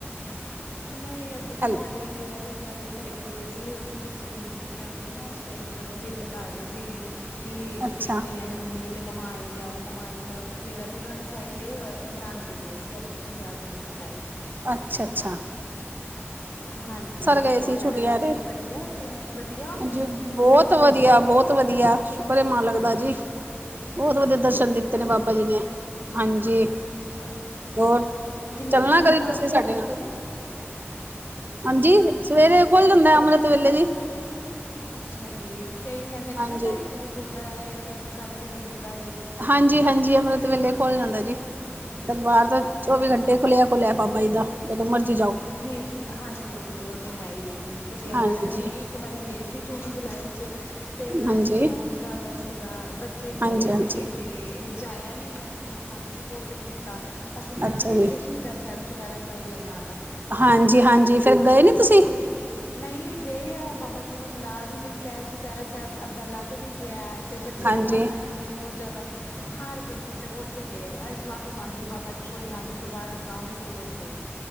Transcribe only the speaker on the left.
ਨਹੀਂ ਅਸੀਂ ਤੇ
ਖਾਲੀ ਦੇਹਰਾਦੂਨ ਵਾਲੀ ਸਾਈਡ ਗਏ ਸੀ। ਉਹ ਵੀ ਬੱਚਿਆਂ ਦੀ ਛੁੱਟੀਆਂ ਪਈਆਂ ਨਾ। ਬੜਾ ਜਿੱਦ ਕਰ ਰਹੇ ਸੀਗੇ। ਕਿ
ਛੁੱਟੀਆਂ ਪਈਆਂ ਨੇ ਮੰਮੀ ਕਿਤੇ ਘਮਾ ਹੀ ਲਿਆਓ। ਘਮਾਈ ਲਿਆਓ। ਫੇਰ ਦੇਹਰਾਦੂਨ ਵਾਲੀ ਸਾਈਡ ਗਏ ਔਰ ਨਾਨਕੇ ਗਏ ਸੀ। ਆਪਣੇ ਪੰਜਾਬ ਵਾਲੀ ਸਾਈਡ।
ਹਾਂਜੀ
ਹੋਰ
ਤੁਹਾਡੇ
ਦਰਸ਼ਨ
ਵਧੀਆ ਹੋ ਗਏ। ਵਧੀਆ ਹੋ ਗਏ
ਦਰਸ਼ਨ ਉੱਧਰ
ਚਲੋ
ਤੇ, ਕਿੰਨੇ
ਵਜੇ
ਦਰਬਾਰ
ਖੁੱਲਦਾ
ਉੱਧਰ।
ਦਰ
ਅੱਛਾ ਜੀ, ਕਈ ਕਹਿੰਦੇ ਨੇ
ਨਾ ਢਾਈ ਵਜੇ ਖੁੱਲਦਾ ਹੈ, ਜਾਂ ਤਿੰਨ, ਸਾਢੇ ਤਿੰਨ ਖੁੱਲਦਾ ਜੇ
ਅੱਛਾ
ਜੀ
ਨਹੀਂ ਹਾਂਜੀ-ਹਾਂਜੀ ਉਹ ਤੇ ਹੈ ਹੀ ਹੈ। ਨੀ ਵਧੀਆ
ਗੱਲ ਅਸੀਂ ਵੀ ਇੱਕ ਵਾਰੀ ਗਏ ਸੀ ਜੂਨ ਜੁਲਾਈ ਚ। ਤੇ ਰਸ਼
ਸੀ ਬਹੁਤ। ਤ ਜ਼ਿਆਦਾ ਸੀਗਾ ਬੱਚੇ ਛੋਟੇ
ਸੀਗੇ
ਤੇ ਇਹ ਜਾਇਆ ਨੀ ਗਿਆ। ਇਹਨਾਂ ਨੇ ਤੰਗ ਹੀ ਬਹੁਤ ਕੀਤੀ ਤਾਂ, ਅਸੀਂ ਜਾਣਾ
ਸੀ
ਅੱਗੇ ਸ਼ਹੀਦਾਂ ਸਾਹਿਬ। ਚੁਪਾਰਾ ਸਾਹਿਬ ਲਗਾਉਣ।
ਤੇ
ਨਹੀਂ ਗਏ ਆ ਬਾਬਾ ਜੀ ਨੇ ਬੁਲਾ ਵੀ ਲਿੱਤਾ। ਚੁਪਹਿਰਾ ਸਾਹਿਬ ਅੱਧਾ ਲਗ ਵੀ ਗਿਆ ਹੈ। ਅਤੇ ਬੱਚੇ
ਇੰਨਾ ਰੋਏ ਨੇ ਬਹੁਤ ਜ਼ਿਆਦਾ। ਹਾਰ ਕੇ ਅਸੀਂ ਫੇਰ ਉੱਠੀ ਗਏ। ਮਾਫ਼ੀ ਮੰਗ ਲਣੀ ਬਾਬਾ ਜੀ ਕੋਈ ਗੱਲ ਨਹੀਂ ਦੁਬਾਰਾ ਬੁਲਾਉਂਗੇ ਫੇਰ ਸਹੀ।